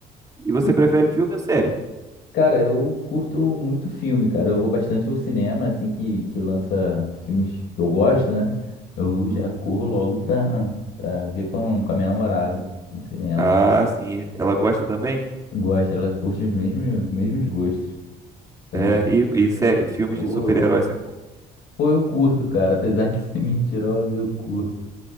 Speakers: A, on the right; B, on the left.
A: E você
B: e,
A: prefere filme ou série?
B: cara, eu curto muito filme, cara. Eu vou bastante ao cinema, assim que, que lança filmes que eu gosto, né? Eu
A: Uhum.
B: já corro logo pra, pra ver com, com a minha namorada no cinema.
A: Ah, sim. Ela gosta também?
B: Gosta, ela curte os mesmos, mesmos gostos. Então,
A: É, e, e sé-
B: filme de
A: filmes
B: terror.
A: de super-heróis?
B: Pô, eu curto, cara. Apesar de ser <laughs> mentirosa, eu curto.